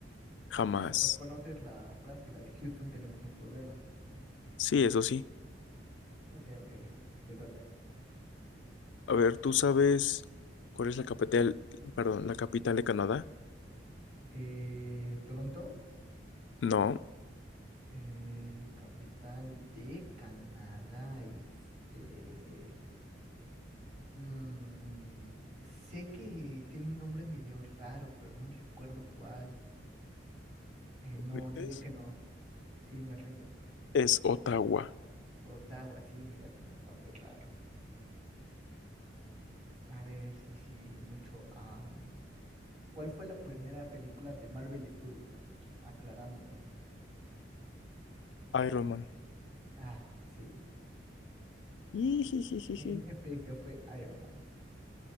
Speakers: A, on the left (about 75°); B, on the right (about 35°).
A: Jamás.
B: Bueno, pero conoces la frase, la de Houston tenemos un problema.
A: Sí, eso sí.
B: Ok, ok, te toca.
A: A ver, ¿tú sabes cuál es la capital, perdón, la capital de Canadá?
B: Eh, Toronto,
A: No.
B: eh, capital de Canadá, este... mm, sé que tiene un nombre medio raro, pero no recuerdo cuál. Eh, no,
A: ¿Mientes?
B: diré que no. Sí, me rindo.
A: Es Ottawa.
B: Ottawa, sí, mira, tenía nombre raro. A ver, sí, sí, mucho. am, ¿cuál fue la primera película de Marvel Studios? Aclarándolo.
A: Iron Man.
B: Ah, sí.
A: Jijijijiji.
B: En efecto, fue Iron Man.